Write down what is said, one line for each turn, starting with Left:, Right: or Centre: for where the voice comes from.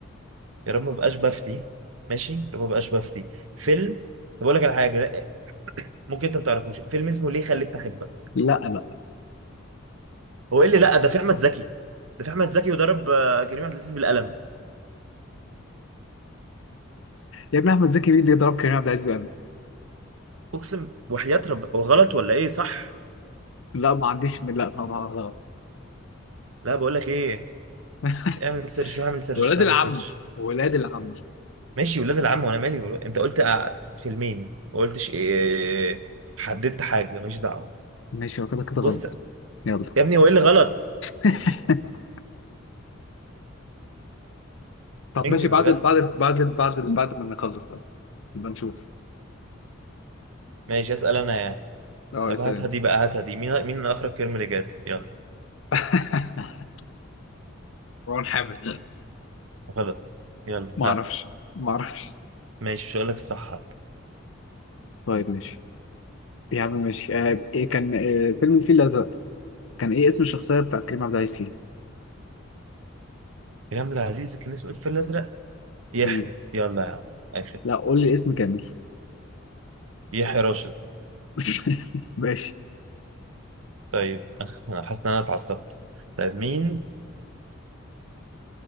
Right: يا رب ما بقاش بفتي ماشي يا رب ما بقاش بفتي فيلم طب اقول لك على حاجه ده ممكن انت ما تعرفوش فيلم اسمه ليه خليتني احبك
Left: لا بقى
Right: هو ايه اللي لا ده في احمد زكي ده في احمد زكي وضرب آه، كريم عبد العزيز بالقلم
Left: يا ابني احمد زكي مين اللي يضرب كريم عبد العزيز بقى
Right: اقسم وحياة رب هو غلط ولا ايه صح
Left: لا ما عنديش من لا طبعا غلط
Right: لا بقول لك ايه
Left: <laughs>
Right: اعمل سيرش واعمل سيرش
Left: ولاد
Right: واعمل
Left: العم
Right: سيرش
Left: ولاد العم
Right: ماشي ولاد العم وانا مالي ولاد- انت قلت أع- فيلمين ما قلتش إيه حددت حاجه ماليش دعوه
Left: ماشي هو كده كده غلط
Right: بص
Left: يلا
Right: يا ابني هو ايه اللي غلط
Left: <laughs> طب
Right: انجز
Left: ماشي بعد
Right: بجد
Left: بعد بعد بعد بعد ما نخلص ده نبقى نشوف
Right: ماشي اسال انا يعني
Left: اه
Right: طب
Left: اسال
Right: هاتها
Left: انت
Right: دي بقى هاتها دي مين مين اخرج فيلم اللي جات يلا
Left: <laughs> مروان حامد
Right: غلط يلا
Left: ما
Right: ها
Left: اعرفش ما اعرفش
Right: ماشي مش هقول لك الصح حتى
Left: طيب ماشي يا عم ماشي آه ايه كان آه فيلم الفيل الازرق كان ايه اسم الشخصيه بتاعت كريم عبد العزيز فيه
Right: كريم عبد العزيز كان اسمه ايه في الفيل الازرق يحيى
Left: امم
Right: يلا يا عم اخر
Left: لا قول لي اسم كامل
Right: يحيى راشد
Left: <laughs> ماشي
Right: طيب <laughs> انا حاسس ان انا اتعصبت طيب مين